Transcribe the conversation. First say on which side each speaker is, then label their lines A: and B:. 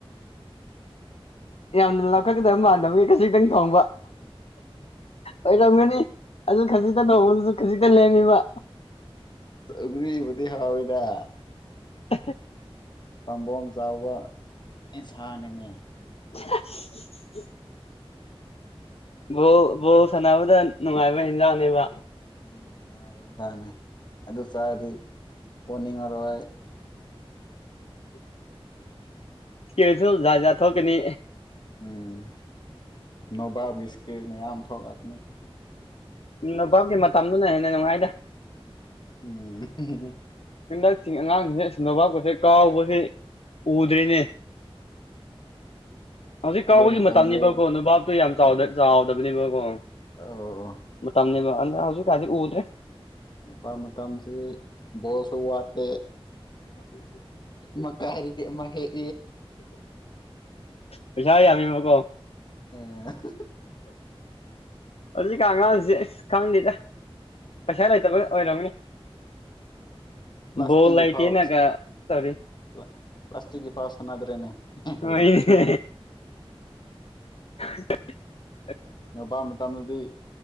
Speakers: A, on the left; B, on the left.
A: ꯌꯥꯝꯅ ꯂꯥꯈꯠꯀꯗꯕ ꯃꯥꯟꯅꯕꯒꯤ ꯈꯖꯤꯛꯇꯪ ꯊꯣꯡꯕ ꯑꯣꯏꯔꯝꯒꯅꯤ ꯑꯗꯨ ꯈꯖꯤꯛꯇ ꯇꯧꯕꯗꯨꯗꯥ ꯈꯖꯤꯛ ꯂꯦꯝꯃꯤꯕ
B: ꯁꯒꯔꯤꯤ ꯍꯥꯋꯥ ꯑꯣꯏꯗ
A: <unintelligible>
B: ꯄꯥꯝꯕꯣꯝ ꯆꯥꯎꯕ ꯏꯟꯁꯥꯅꯤꯅꯦ
A: <unintelligible> ꯕꯣꯜ ꯕꯜ ꯣ ꯁꯥꯟꯅꯕꯗ ꯅꯨꯡꯉꯥꯏꯕ ꯌꯦꯟꯖꯥꯡꯅꯦꯕ
B: ꯎꯝꯅꯨꯡꯥꯏꯕ ꯏꯟꯁꯥꯡꯅꯦ ꯑꯗꯨ ꯑꯗꯨ ꯆꯥꯗꯤ ꯄꯣꯅꯤꯡꯑꯥꯔꯏ
A: ꯀꯁꯨ ꯖꯥꯠ ꯍꯥꯠ ꯊꯣꯛꯀꯅꯤ
B: ꯎꯝ ꯅꯣꯚꯁꯀꯤꯠ ꯃꯌꯥꯝ ꯊꯣꯛꯂꯛ
A: ꯅꯨꯚꯞꯀꯤ ꯃꯇꯝꯗꯨꯅ ꯍꯦꯟꯅ ꯅꯨꯡꯉꯥꯏꯗ
B: ꯎꯝ
A: ꯍꯟꯗꯛ ꯑꯉꯥꯡꯁꯤꯡꯁꯦ ꯁꯨꯝꯗꯕꯄꯠꯁꯦ ꯀꯥꯎꯕꯁꯤ ꯎꯗ꯭ꯔꯦꯅꯦ ꯍꯧꯖꯤꯛ ꯀꯥꯎꯕꯒꯤ
B: ꯑꯗꯨ ꯃꯇꯝꯗꯣ
A: ꯃꯇꯝꯅꯤꯕꯀꯣ ꯅꯨꯕꯥꯥꯞꯇꯣ ꯌꯥꯝ ꯆꯥꯎꯗꯕꯅꯦꯕꯀꯣ
B: ꯑꯧ
A: ꯃꯇꯝꯅꯤꯕ ꯑꯗ ꯍꯧꯖꯤꯛꯀꯖꯤꯛ ꯎꯗ꯭ꯔꯦ
B: ꯅꯨꯄꯥ ꯃꯇꯝꯁꯤ ꯕꯣꯜꯁꯨ ꯋꯥꯠꯇꯦ ꯑꯃꯥ ꯀꯥꯔꯤꯗꯤ ꯑꯃ ꯍꯦꯛ
A: ꯄꯩꯁ ꯌꯥꯝꯃꯀꯣ
B: ꯎꯝ
A: ꯍꯧꯖꯤꯛꯀꯥꯟ ꯑꯉꯥꯡꯁꯤ ꯑꯁ ꯈꯪꯗꯦꯗ ꯄꯩꯁꯥ ꯂꯩꯇꯕ ꯑꯣꯏꯔꯝꯒꯅꯤ
B: ꯄ꯭ꯂꯥꯁꯇꯤꯛꯀꯤ
A: ꯕꯣꯜ ꯂꯩꯇꯦꯅꯒ
B: ꯐꯥꯎ <unintelligible>
A: ꯇꯧꯔꯤ
B: ꯄ꯭ꯂ ꯄ꯭ꯂꯥꯁꯇꯤꯛꯀꯤ ꯄꯥꯎꯁꯅꯗ꯭ꯔꯦꯅꯦ
A: ꯍꯣꯏꯅꯦ
B: ꯍꯧꯖꯤꯀꯤ
A: <unintelligible>
B: ꯅꯣꯕꯥꯞ ꯃꯇꯝꯗꯗꯤ